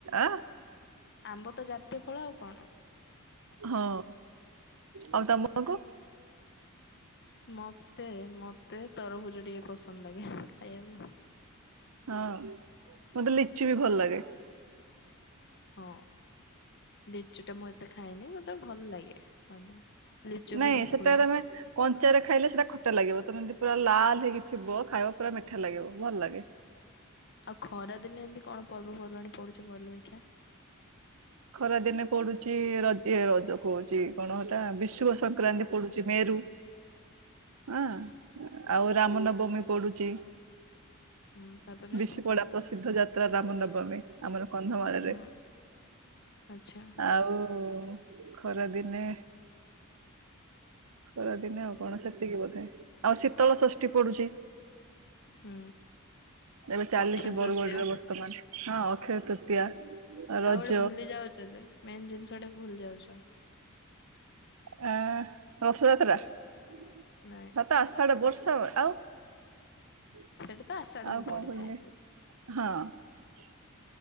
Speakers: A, on the right (about 70°); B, on the left (about 50°).
A: ଆଁ
B: ଆମ୍ବ ତ ଜାତୀୟ ଫଳ ଆଉ କଣ।
A: ହଁ ଆଉ ତମକୁ।
B: ମତେ ମତେ ତରଭୁଜ ଟିକେ ପସନ୍ଦ ଲାଗେ ଖାଇବାକୁ।
A: ହଁ ମତେ ଲିଚୁ ବି ଭଲ ଲାଗେ।
B: ହଁ ଲିଚୁ ଟା ମୁଁ ଏତେ ଖାଏନି ମତେ ଭଲ ଲାଗେ। ହଁ ଲିଚୁ
A: ନାଇଁ
B: ବି ହୁଏ।
A: ସେଟା ତମେ କଞ୍ଚାରେ ଖାଇଲେ ସେଇଟା ଖଟା ଲାଗିବ ତମେ ଯଦି ପୁରା ଲାଲ୍ ହେଇକି ଥିବ ଖାଇବ ପୁରା ମିଠା ଲାଗିବ ଭଲ ଲାଗେ।
B: ଆଉ ଖରା ଦିନେ ଏମିତି କଣ ପର୍ବପର୍ବାଣି ପଡୁଛି କହିଲ ଦେଖିବା?
A: ଖରା ଦିନେ ପଡୁଛି ରଜ ଇଏ ରଜ କହୁଛି କଣ ସେଟା ବିଶୁ ସଂକ୍ରାନ୍ତି ପଡୁଛି ମେରୁ। ହଁ ଆଉ ରାମ ନବମୀ ପଡୁଛି।
B: ହୁଁ। ତାପରେ
A: ବିଶିପଡା ପ୍ରସିଦ୍ଧ ଯାତ୍ରା ରାମନବମୀ ଆମର କନ୍ଧମାଳରେ।
B: ହୁଁ ଆଚ୍ଛା
A: ଆଉ ଖରାଦିନେ ଖରାଦିନେ ଆଉ କଣ ସେତିକି ବୋଧେ ଆଉ ଶୀତଳ ଷଷ୍ଠୀ ପଡୁଛି।
B: ହୁଁ।
A: ଏବେ ଚାଲିଛି
B: ଅକ୍ଷୟ
A: ବରଗଡରେ
B: ତୃତୀୟା
A: ବର୍ତ୍ତମାନ ହଁ ଅକ୍ଷୟ ତୃତୀୟା। ରଜ
B: ଆଉ ଗୋଟେ ଭୁଲି ଯାଉଛ ଯେ, ମେନ୍ ଜିନିଷ ଟା ଭୁଲି ଯାଉଛ।
A: ଆଁ ରଥଯାତ୍ରା। <unintelligible>
B: ନାଇଁ
A: <unintelligible> ଆଉ କଣ
B: ସେଟା ତ ଆଷାଢକୁ
A: କରିବି।
B: ପଡିଥାଏ
A: ହଁ